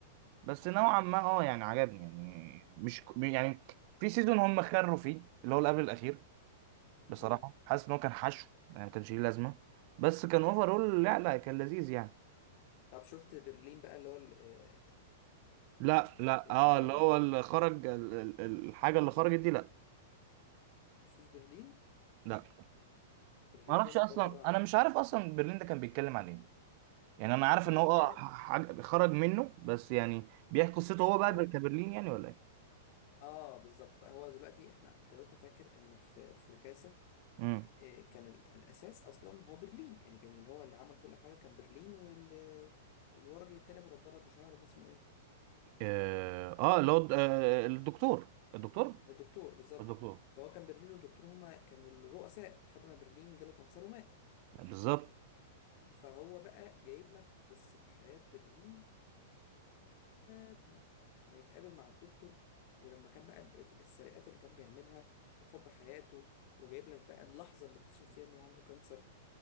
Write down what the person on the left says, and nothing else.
امم
امم
طب شفت برلين بقى اللي هو ال- آه،
ال- اللي
بعده
شفتش برلين
برلين
جامد
برضو قوي على
فكره
برلين
ده
خرج
اه بالظبط بقى هو دلوقتي احنا انت لو انت فاكر ان في في لاكاسا
آه، كان ال- الاساس اصلا هو برلين يعني كان اللي هو اللي عمل كل حاجه كان برلين وال والورجل التاني ابو نضاره ابو شعر ده اسمه ايه
الدكتور بالظبط
فهو كان برلين والدكتور هما كانوا الرؤساء لحد ما برلين جاله كانسر ومات
فهو بقى جايب لك قصة حياة برلين قبل ما يتقابل مع الدكتور ولما كان بقى ال- ال- السرقات اللي كان بيعملها وحب حياته وجايب لك بقى اللحظة اللي اكتشف فيها انه عنده كانسر